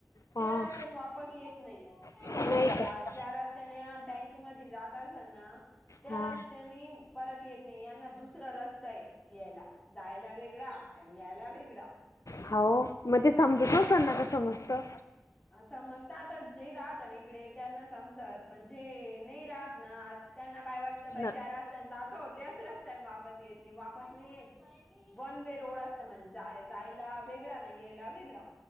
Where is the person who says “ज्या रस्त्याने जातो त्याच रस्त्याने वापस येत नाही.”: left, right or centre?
Left